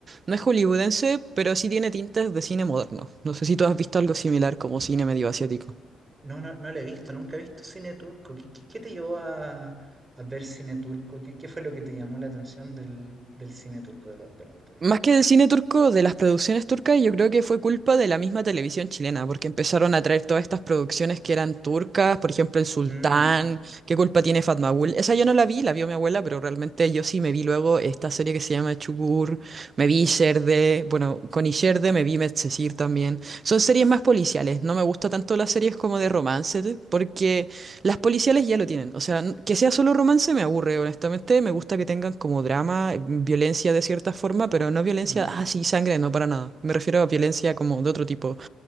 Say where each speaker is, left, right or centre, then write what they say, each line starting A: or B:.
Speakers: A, on the right; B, on the right.
A: no es hollywoodense, pero sí tiene tintes de cine moderno. No sé si tú has visto algo similar como cine medio asiático.
B: No, no, no lo he visto, nunca he visto cine turco. ¿Qué, qué- qué te llevó a, a ver cine turco? ¿Qué, qué fue lo que te llamó la atención del, del cine turco, de, los de los actores
A: Más
B: turcos?
A: que del cine turco, de las producciones turcas, yo creo que fue culpa de la misma televisión chilena, porque empezaron a traer todas estas producciones que eran turcas, por ejemplo, El Sultán,
B: Mm,
A: ¿qué culpa tiene Fatmagul? Esa yo no la vi, la vio mi abuela, pero realmente yo sí me vi luego esta serie que se llama Çukur, me vi Sherde, bueno, con Isherde me vi Medcezir también. Son series más policiales, no me gusta tanto las series como de romance, porque las policiales ya lo tienen. O sea, n- que sea solo romance me aburre, honestamente. Me gusta que tengan como drama, eh, violencia de cierta forma, pero no violencia,
B: mm.
A: ah, sí, sangre, no, para nada. Me refiero a violencia como de otro tipo.